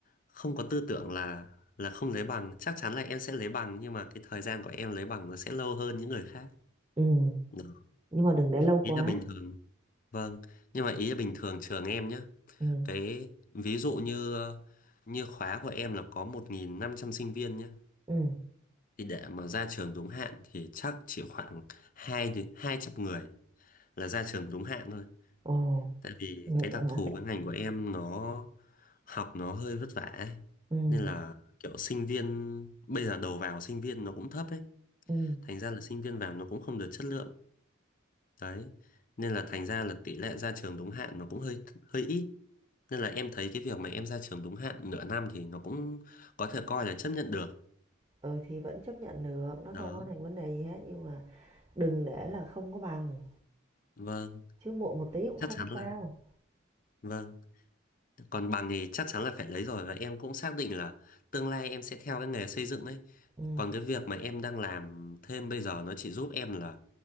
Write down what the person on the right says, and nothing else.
Ừ,
nhưng mà đừng để lâu
quá.
Ừ.
Ừ.
Ồ,
được
rồi
hả?
Ừ.
Ừ.
Ừ thì vẫn chấp nhận được, nó
không có thành vấn đề gì hết nhưng mà Đừng để là không có bằng,
chứ muộn một tí cũng
không
sao.
Ừ,